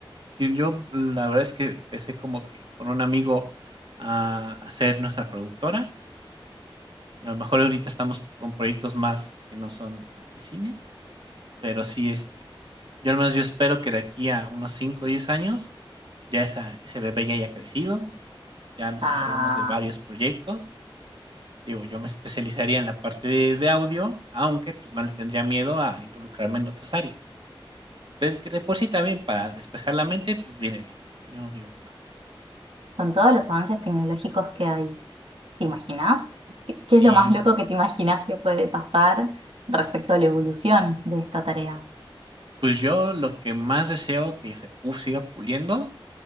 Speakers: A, on the right (about 60°); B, on the right (about 75°).
A: que yo, la verdad es que empecé como que con un amigo a hacer nuestra productora. A lo mejor ahorita estamos con proyectos más que no son tan de cine, pero sí, este, yo al menos yo espero que de aquí a unos 5 o 10 años ya esa, ese bebé ya haya crecido, ya nos
B: Ah,
A: encarguemos de varios proyectos. Digo, yo me especializaría en la parte de, de audio, aunque pues no le tendría miedo a involucrarme en otras áreas. Entonces, que de por sí también para despejar la mente, pues viene bien. Yo no digo que no.
B: con todos los avances tecnológicos que hay, ¿te imaginas? ¿Qué, qué
A: Sí,
B: es lo más loco que te imaginas que puede pasar respecto a la evolución de esta tarea?
A: pues yo lo que más deseo que se pu- siga puliendo